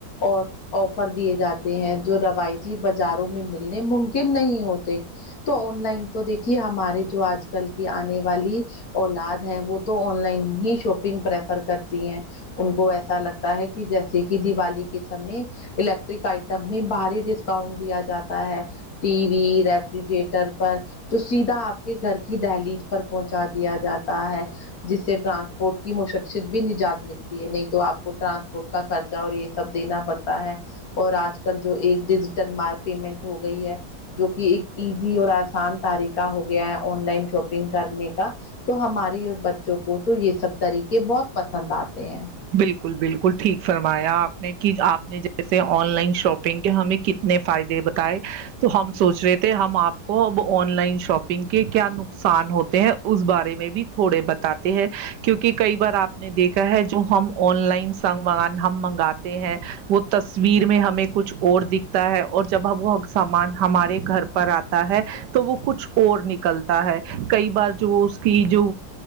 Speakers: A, on the left (about 60°); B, on the right (about 85°).
A: اور آفر دیے جاتے ہیں جو روایتی بازاروں میں ملنے ممکن نہیں ہوتے تو آن لائن تو دیکھیے ہمارے جو آج کل کی آنے والی اولاد ہے وہ تو آن لائن ہی شاپنگ پریفر کرتی ہیں ان کو ایسا لگتا ہے کہ جیسے کہ دیوالی کے سمے الیکٹرک آئٹم میں بھاری ڈسکاؤنٹ دیا جاتا ہے ٹی وی ریفریجریٹر پر تو سیدھا آپ کے گھر کے کی دہلی پر پہنچا دیا جاتا ہے جس سے ٹرانسپورٹ کی مشقصت بھی نجات ملتی ہے نہیں تو آپ کو ٹرانسپورٹ کا خرچہ اور یہ سب دینا پڑتا ہے اور آج کل جو ایک ڈیجیٹل مار پیمنٹ ہو گئی ہے جو کہ ایک ایزی اور آسان طریقہ ہو گیا ہے آن لائن شاپنگ کرنے کا تو ہماری بچوں کو تو یہ سب طریقے بہت پسند آتے ہیں
B: بالکل بالکل ٹھیک فرمایا آپ نے کہ آپ نے جیسے آن لائن شاپنگ کے ہمیں ک نے فائدے بتائے تو ہم سوچ رہے تھے ہم آپ کو اب آن لائن شاپ کے کیا نقصان ہوتے ہیں اس بارے میں بھی تھوڑے بتاتے ہیں کیونکہ کئی بار آپ ہم نے دیکھا ہے جو ہم آن لائن سنگ مگان ہم منگاتے ہیں وہ تصویر میں ہمیں کچھ اور دکھتا ہے اور جب ہم وہ سامان ہمارے گھر پر آتا ہے تو وہ کچھ اور نکلتا ہے کئی بار جو اس کی جو